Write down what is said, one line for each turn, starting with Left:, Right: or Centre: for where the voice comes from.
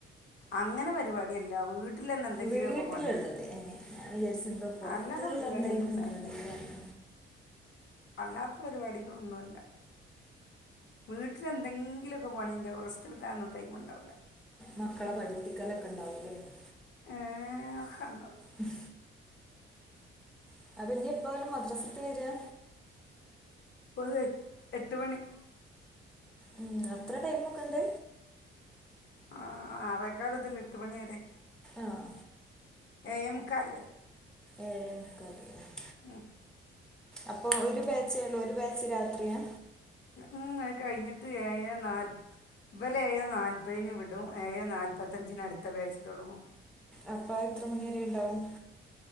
Left: അങ്ങനെ പരിപാടി അല്ല വീ ട്ടിലന്ന് എന്തെങ്കിലും
Centre: വീട്ടിലുള്ളത്
Left: ഒക്കെ പണി
Centre: എന്നെ ഞാൻ വിചാരിച്ചു എന്തോ പുറത്തുള്ള
Left: അല്ലാതെ പരിപാടിയൊന്നും
Centre: എന്തായാലും
Left: ഇണ്ടാകില്ല
Centre: പരിപാടികളാണ്
Left: അല്ലാത്ത പരിപാടിക്കെന്നുമല്ല വീട്ടിലെന്തെങ്കിലൊക്കെ പണിയിണ്ടാവും റസ്റ്റ് എടുക്കാനൊന്നും ടൈമ് ഉണ്ടാവില്ല
Centre: മക്കളെ പഠിപ്പിക്കലൊക്കെ ഒണ്ടാവൂലല്ലേ
Left: ഏഹ് അഹണ്ടം
Centre: ഉം അതു കഴിഞ്ഞാ അപ്പൊ ഇനി എപ്പാ മദ്രസക്ക് വരികാ
Left: ഓല് എട്ട് മണി
Centre: ഉം അത്ര ടൈമൊക്കെയൊണ്ട്
Left: ആഹ് ആറേക്കാല്മുതൽ എട്ട് മണിവരെ
Centre: ആഹ്
Left: ഏഴേ മുക്കാൽവരെ
Centre: എഴ് ഏഴേ മുക്കാല് കഴിഞ്ഞ്
Left: ഉം
Centre: അപ്പൊ ഒരു ബാച്ചേ ഉള്ളൂ ഒരു ബാച്ച് രാത്രിയാ
Left: ഉം അത് കഴിഞ്ഞിട്ട് ഏഴേ നാല്പ ഇവലെ ഏഴേ നാല് ഇപ്പെ ഇനി വിടും എഴേ നാൽപ്പത്തഞ്ചിന് അടുത്ത ബാച്ച് തെടങ്ങും
Centre: അപ്പെ അത് എത്ര മണിവരെ ഉണ്ടാവും